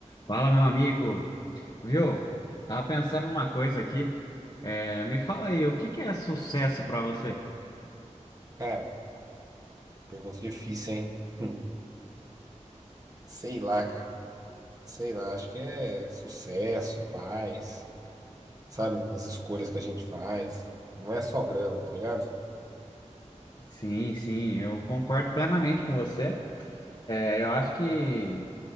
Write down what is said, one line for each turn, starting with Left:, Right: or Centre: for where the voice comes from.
Left: Fala, meu amigo. Viu? Tava pensando uma coisa aqui. É, me fala aí, o que que é sucesso para você?
Right: Cara, pergunta difícil, hein? <laughs> Hum. Sei lá, cara. Sei lá, acho que é sucesso, paz, sabe? As escolhas que a gente faz. Não é só grana, tá ligado?
Left: Sim, sim, eu concordo plenamente com você. É, eu acho que